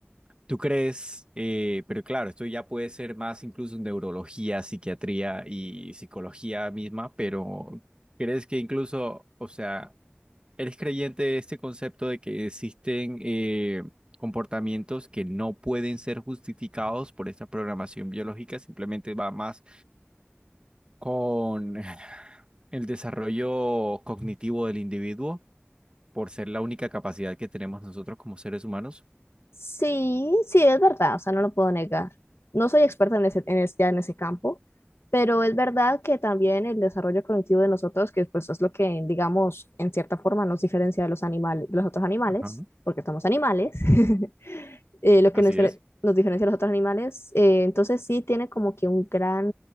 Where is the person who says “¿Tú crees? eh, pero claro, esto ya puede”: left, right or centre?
Right